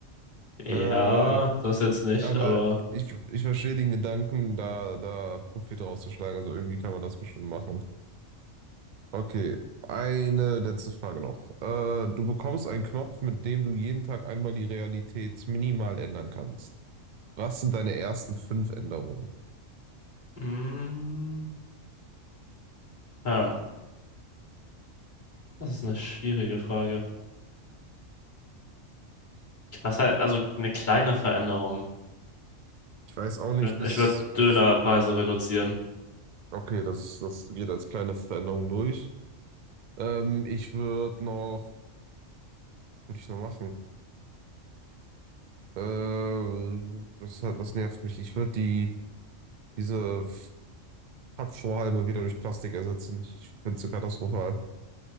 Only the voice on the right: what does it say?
Äh,
aber
ich, ich verstehe den Gedanken, da, da Profit rauszuschlagen. Also irgendwie kann man das bestimmt machen. Okay, eine letzte Frage noch. Äh, du bekommst einen Knopf, mit dem du jeden Tag einmal die Realität minimal ändern kannst. Was sind deine ersten fünf Änderungen?
Ich weiß auch nicht,
bis,
bis
Okay, das, das geht als kleine Veränderung durch. Ähm, ich würde noch, würde ich noch machen? Äh, was, hat- was nervt mich? Ich würde die, diese F- Pappstrohhalme wieder durch Plastik ersetzen. Ich finde es so katastrophal.